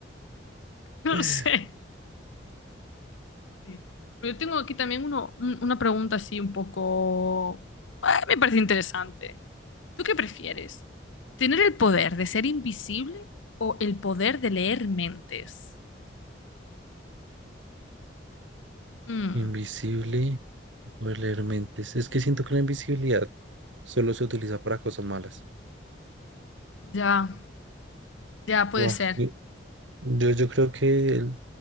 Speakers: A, on the left; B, on the right.
A: No
B: <sighs>
A: sé. Sí. Yo tengo aquí también uno, un- una pregunta así un poco... Ah, me parece interesante. ¿Tú qué prefieres? ¿Tener el poder de ser invisible o el poder de leer mentes? Mm,
B: Invisible, leer mentes. Es que siento que la invisibilidad solo se utiliza para cosas malas.
A: ya, ya puede
B: Guau,
A: ser.
B: Yo, yo yo creo que, el-